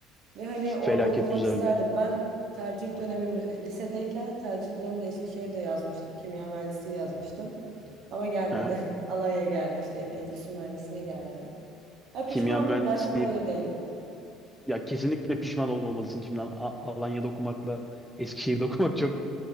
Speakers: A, on the right (about 60°); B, in the centre.
A: Ve hani orada
B: Felaket
A: okumak
B: güzel
A: isterdim.
B: bir yer.
A: Ben tercih dönemimde, lisedeyken tercih döneminde Eskişehir'de yazmıştım. Kimya mühendisliği yazmıştım. Ama gelmedi.
B: <laughs>
A: <laughs> Alanya'ya geldi işte en- endüstri mühendisliği geldi. Ha,
B: Kimya
A: pişman
B: mühendisliği
A: mıyım dersen hayır değilim.
B: ya kesinlikle pişman olmamalısın şimdi A- Alanya'da okumakla Eskişehir'de <laughs> okumak çok